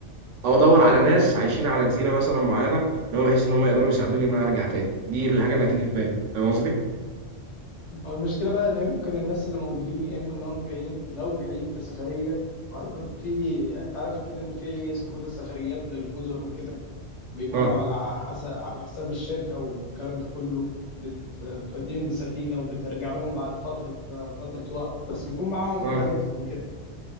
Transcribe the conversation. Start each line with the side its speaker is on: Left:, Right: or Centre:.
Right: او ادور على ناس عايشين على جزيرة مثلا معينة ان هم بحيث ان هم يقدروا يساعدوني ان انا ارجع تاني دي الحاجة اللي هتيجي في بالي فاهم قصدي؟
Left: ما هو المشكلة بقى إن يمكن الناس اللي موجودين يا إما إنهم جايين لو جايين في سفرية غالبا في أنت عارف أكيد إن في اسمه إيه ده السفريات للجزر وكده بيكونوا
Right: اه
Left: على حسب على حساب الشركة والكلام ده كله بت... بتوديهم بسفينة وبترجع لهم بعد فترة فترة وقت بس بيكون معاهم
Right: اه
Left: حاجاتهم وكده